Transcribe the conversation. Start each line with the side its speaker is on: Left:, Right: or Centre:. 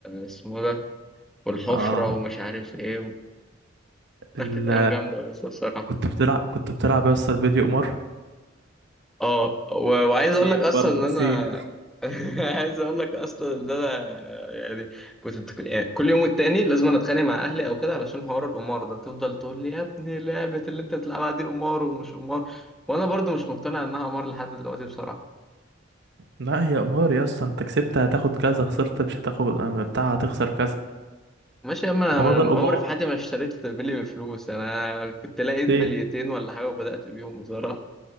Centre: اسمه ده والحفرة
Right: آه
Centre: ومش عارف ايه كانت
Right: ال...
Centre: ايام جامده بس بصراحه
Right: كنت بتلعب كنت بتلعب يا اسطى البيلي قمار
Centre: اه و... وعايز
Right: سيب
Centre: اقول لك اصلا
Right: برضه
Centre: ان
Right: سيب
Centre: انا <laughs> عايز اقول لك اصلا ان انا يعني كنت يعني كل يوم والتاني لازم أنا اتخانق مع اهلي او كده علشان حوار القمار ده تفضل تقول لي يا ابني لعبه اللي انت بتلعبها دي قمار ومش قمار وانا برضو مش مقتنع انها قمار لحد دلوقتي بصراحه
Right: لا هي قمار يا اسطى أنت كسبت هتاخد كذا خسرت مش هتاخد آه، بتاع هتخسر كذا
Centre: ماشي يا عم انا
Right: ما هو ده
Centre: من
Right: القمار
Centre: عمري في حياتي ما اشتريت بلي بفلوس انا كنت لقيت
Right: إيه
Centre: بليتين ولا حاجه وبدات بيهم بصراحه